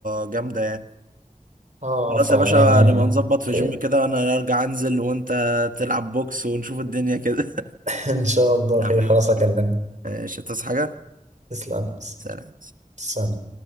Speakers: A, on the right; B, on the right.
A: جامدة يعني
B: اه
A: خلاص
B: فيعني
A: يا باشا نبقى نظبط في
B: خير
A: جيم كده انا ارجع انزل وانت تلعب بوكس ونشوف الدنيا كده
B: <laughs> ان شاء الله
A: <laughs>
B: خير
A: حبيبي
B: خلاص اكلمك
A: ماشي تصحى حاجة؟
B: تسلم
A: سلام
B: ثانية